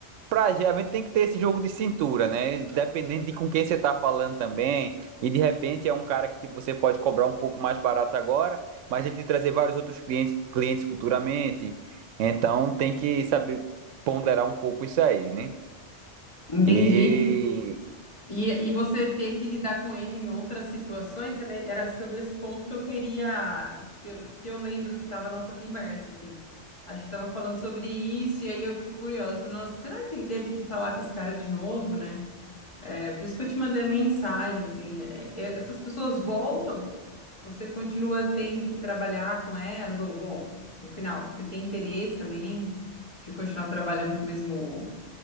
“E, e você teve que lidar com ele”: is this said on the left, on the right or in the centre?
Left